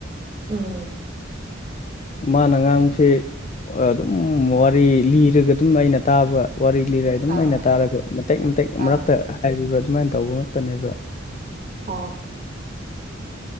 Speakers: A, on the right; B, on the left.
A: ꯎꯝ
B: ꯃꯥꯅ ꯉꯥꯡꯕꯁꯦ ꯑꯗꯨꯝ ꯋꯥꯔꯤ ꯂꯤꯔꯒ ꯑꯗꯨꯝ ꯑꯩꯅ ꯇꯥꯕ ꯋꯥꯔꯤ ꯂꯤꯔꯦ ꯑꯗꯨꯝ
A: ꯑꯥ
B: ꯑ ꯑꯣꯏꯅ ꯇꯥꯔꯒ ꯃꯇꯦꯛ ꯃꯇꯦꯛ ꯃꯔꯛꯇ
A: ꯑꯥ
B: ꯍꯥꯏꯕꯤꯕ ꯁꯨꯃꯥꯏꯅ ꯇꯧꯕ ꯉꯛꯇꯅꯦꯕ
A: ꯍ